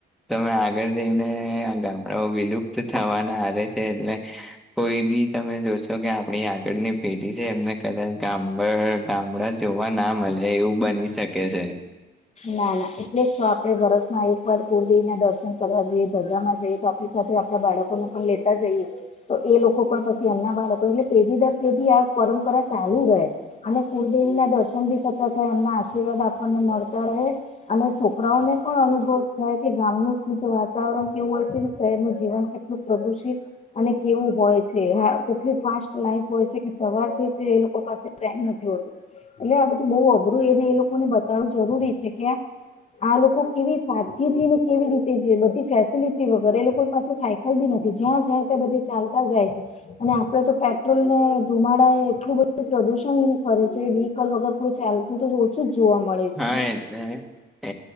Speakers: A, in the centre; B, on the left.
A: તમે આગળ જઈને આ ગામડાઓ વિલુપ્ત થવાના આરે છે. એટલે કોઈ બી તમે જોશો કે, આપણી આગળની પેઢી છે. એમને કદાચ ગામ ગામડા જોવા ના મળે એવું બની શકે છે.
B: ના ના એટલે વાપ એ વર્ષમાં એક વાર કુળદેવી ના દર્શન કરવા જઈએ સગામાં જઈએ, તો આપણી સાથે આપડા બાળકોને પણ લેતા જઈએ તો એ લોકો પણ પછી, એમના બાળકો એટલે પેઢી દર પેઢી આ પરંપરા ચાલુ રહે. અને કુળદેવી ના દર્શન ભી થતા થાય એમના આશીર્વાદ આપણને મળ અને છોકરાઓને પણ અનુભવ થાય કે, ગામનું શુદ્ધ વાતાવરણ કેવું હોય છે. ને શહેરનું જીવન કેટલું પ્રદુષિત અને કેવું હોય છે. કેટલી ફાસ્ટ લાઈફ હોય છે કે સવાર એ લોકો પાસે ટાઈમ નથી હોતું. એટલે આ બધું બહ અઘરું એને એ લોકોને બતાડું જરૂરી છે. કે આ લોકો કેવી સાદગીથી ને કેવી રીતે બધી ફેસિલટી વગરે એ લોકોની પાસે સાયકલ બી નથી જ્યાં જ્યાં ત્યાં બધી ચાલતા જાય છે. અને આપડે તો પેટ્રોલ ને ધુમાડા એ એટલું બધું પ્રદુષણ કરે છે. વ્હીકલ વગર કોઈ ચાલતું તો ઓછું જ જોવા મળે. છે
A: હા એટલે એ